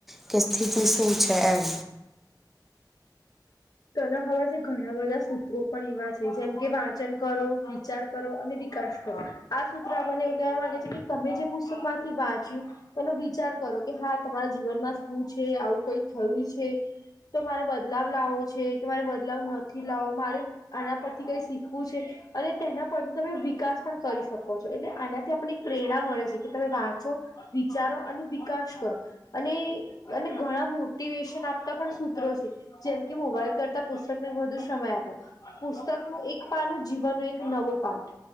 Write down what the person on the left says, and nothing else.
તને ખબર છે, ઘણા બધા સૂત્રો પણ એવા છે, જેમ કે વાંચન કરો, વિચાર.... કરો અને વિકાસ કરો. આ સૂત્ર આપણને એવું કેવા માંગે છે, કે તમે જે પુસ્તક માંથી વાંચ્યું..... તેનો વિચાર કરો કે હા, તમારા જીવનમાં શું છે? આવું કંઈ થયું છે, તો મારે બદલાવ લાવવો છે. છે કે મારે બદલાવ નથી લાવવો. મારે આના પરથી કંઈ શીખવું છે. અને તેના પરથી તમે વિકાસ પણ કરી શકો છો. એટલે, આનાથી આપણને એક પ્રેરણા મળે છે, કે તમે વાંચો. વિચારો અને વિકાસ કરો. અને અને ઘણા મોટિવેશન આપતા પણ સૂત્રો છે, જેમ કે મોબાઈલ..... કરતા પુસ્તકને વધુ સમય આપો. પુસ્તકનું એક પાનું જીવન નો એક નવો પાઠ.